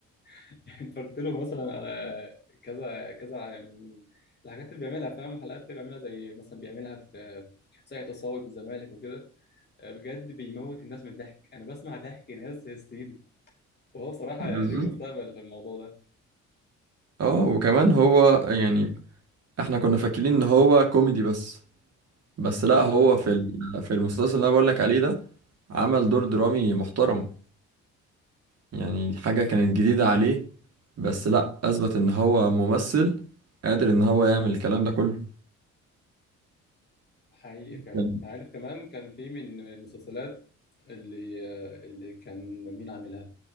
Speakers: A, on the left; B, on the right.
A: <laughs> اتفرجت له مثلا على كذا كذا من الحاجات اللي بيعملها فاهم حلقات اللي بيعملها زي مثلا بيعملها في ساقية الصاوي في الزمالك وكده آه، بجد بيموت الناس من الضحك انا بسمع ضحك ناس هستيري وهو بصراحة
B: بالظبط
A: يعني ليه مستقبل في الموضوع ده
B: اه وكمان هو يعني احنا كنا فاكرين ان هو كوميدي بس بس لا هو
A: اه اه
B: في ال- في المسلسل اللي انا بقول لك عليه ده عمل دور درامي محترم يعني حاجة كانت جديدة عليه بس لا اثبت ان هو ممثل قادر ان هو يعمل الكلام ده كله
A: حقيقي فعلا
B: كان
A: عارف كمان كان في من من المسلسلات اللي آه، اللي كان مين عاملها